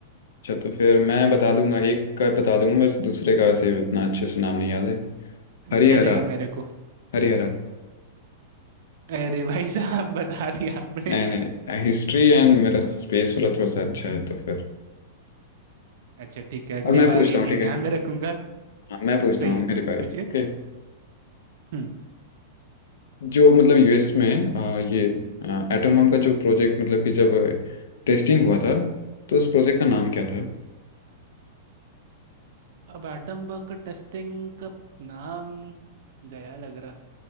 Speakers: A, on the left; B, on the right.
A: अच्छा तो फिर मैं बता दूंगा एक का बता दूंगा बस दूसरे का वैसे उतना अच्छे से नाम नहीं याद है हरिहरा
B: चलेगा मेरे को
A: हरिहरा
B: अरे भाई साहब बता दिया आपने
A: नहीं नहीं हिस्ट्री एंड मेरा स्पेस वाला थोड़ा सा अच्छा है तो फिर
B: अच्छा ठीक है अगली
A: और मैं पूछता
B: बार ये
A: हूँ
B: चीज
A: ठीक
B: ध्यान
A: है
B: में रखूंगा
A: हाँ, मैं पूछता
B: सही
A: हूँ
B: है
A: मेरी बारी
B: पूछिए
A: ओके
B: हम्म
A: जो मतलब यूएस में आ, ये एटम बम का जो प्रोजेक्ट मतलब कि जब टेस्टिंग हुआ था तो उस प्रोजेक्ट का नाम क्या था
B: हम्म। अब एटम बग का टेस्टिंग का नाम गया लग रहा